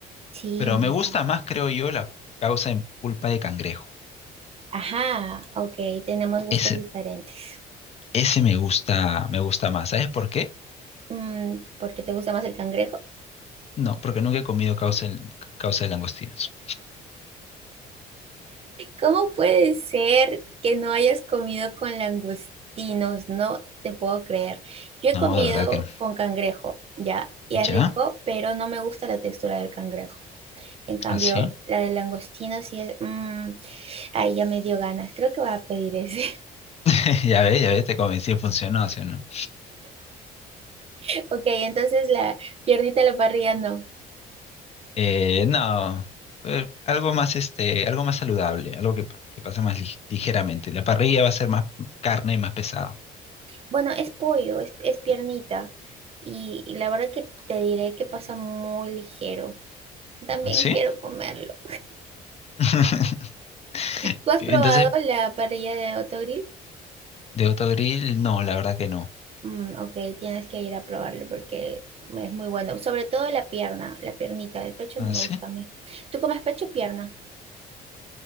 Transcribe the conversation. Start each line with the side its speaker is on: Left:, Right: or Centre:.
Right: Sí,
Left: Pero
Right: me
Left: me
Right: encanta.
Left: gusta más, creo yo, la causa en pulpa de cangrejo.
Right: Ajá, ok, tenemos gustos
Left: Ese,
Right: diferentes.
Left: ese me gusta, me gusta más. ¿Sabes por qué?
Right: Mm, ¿por qué te gusta más el cangrejo?
Left: No, porque nunca he comido causa, en- causa de langostinos.
Right: ¿Cómo puede ser que no hayas comido con langostinos? No te puedo creer. Yo he
Left: No,
Right: comido
Left: de verdad que no.
Right: con cangrejo, ya, y es
Left: ¿Ya?
Right: rico, pero no me gusta la textura del cangrejo. En cambio,
Left: ¿Así?
Right: la del langostino sí es... mm, ay, ya me dio ganas. Creo que voy a pedir ese.
Left: <laughs> Ya ves, ya ves, te convencí, funcionó, ¿sí o no?
Right: <laughs> Ok, entonces la piernita a la parrilla no.
Left: Eh, no, eh, algo más este, algo más saludable, algo que, pa- que pasa más lig- ligeramente. La parrilla va a ser más carne y más pesado.
Right: Bueno, es pollo, es, es piernita. Y, y la verdad que te diré que pasa muy ligero. También
Left: ¿Ah, sí?
Right: quiero comerlo.
Left: <laughs>
Right: ¿Tú has
Left: Entonces,
Right: probado la parrilla de Autogrill?
Left: de autogrill, no, la verdad que no.
Right: Mm, ok, tienes que ir a probarlo porque es muy bueno. Sobre todo la pierna, la piernita, el pecho
Left: ¿Ah,
Right: no me
Left: sí?
Right: gusta a mí. ¿Tú comes pecho o pierna?